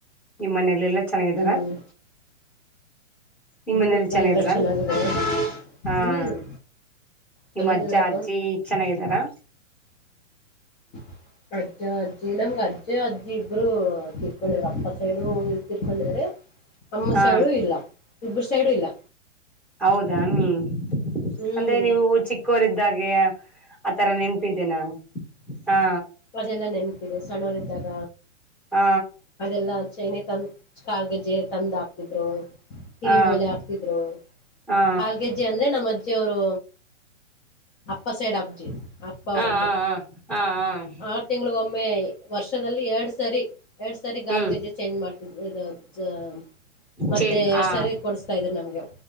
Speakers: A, in the centre; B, on the left.
A: ನಿಮ್ಮ್ ಮನೇಲ್ಲ ಎಲ್ಲ ಚೆನ್ನಾಗಿದಾರ.
B: ಹ್ಮ್
A: ನಿಮ್ಮ
B: ಹ್ಮ್
A: ಮನೇಲಿ
B: ಅಕ್ಕ
A: ಚೆನ್ನಿದ್ರಾಮಿ
B: ಎಲ್ಲಾರು ಚೆನ್ನಾಗಿದ್ದಾರೆ
A: ಹಾಂ.
B: ಹ್ಮ್ ಚೆನ್ನಾಗಿದಾರಕ್ಕ
A: ನಿಮ್ಮ ಅಜ್ಜ ಅಜ್ಜಿ ಚೆನ್ನಾಗಿದ್ದಾರಾ.
B: <inaudible> ಅಜ್ಜ ಅಜ್ಜಿ ನಮ್ಗೆ ಅಜ್ಜ ಅಜ್ಜಿ ಇಬ್ಬರು ತಿರ್ಕೊಂಡಿದ್ರ ಅಪ್ಪ ಸೈಡು ತೀರ್ಕೊಂಡಿದಾರೆ ಅಮ್ಮ
A: ಹಾ
B: ಸೈಡು ಇಲ್ಲ ಇಬ್ಬರು ಸೈಡು ಇಲ್ಲ.
A: ಹೌದಾಮಿ
B: ಹ್ಮ್
A: ಅಂದ್ರೆ ನೀವು ಚಿಕ್ಕೋರಿದ್ದಾಗೆ ಆಥರ ನೆನಪಿದ್ದೇ ನ ಹಾ.
B: ಅದೆಲ್ಲ ನೆನಪಿದೆ ಸಣ್ಣವರ್ದಾಗ.
A: ಹ್ಮ
B: ಅದೆಲ್ಲಾ ಚೈನೆ ತಂದ ಕಾಲ್ಗೆಜ್ಜೆ ತಂದ ಹಾಕ್ತಿದ್ರು. ಕಿವಿ
A: ಹಾ
B: ಒಲೆ ಆಗ್ತಿದ್ರು
A: ಹಾ
B: ಕಲ್ಗೆ ಅಜ್ಜಿ ಅಂದ್ರೆ ನಮ್ಮ ಅಜ್ಜಿ ಅವರು ಅಪ್ಪ ಸೈಡ್ ಅಬ್ಜಿ. ಅಪ್ಪ ಅವ್ರಮ್ಮ
A: ಹಾ ಹಾ ಹ ಹಾ ಹಾ.
B: ಆರು ತಿಂಳಗ ಒಮ್ಮೆ ವರ್ಷದಲ್ಲಿ ಎರಡ್ ಸರಿ. ಎರಡ್ ಸಾರಿ ಗಾಲ್
A: ಹ್ಮ್
B: ಗಜೆ ಚೇಂಜ್ ಮಾಡ್ತದ್ರ ಅಜ್ಜಾ. ಮತ್ತೆ
A: ಚೇ
B: ಎರಡ್
A: ಆ
B: ಸಾರಿ ಕೊಡಸ್ತಾ ಇದ್ರರು ನಮ್ಗೆ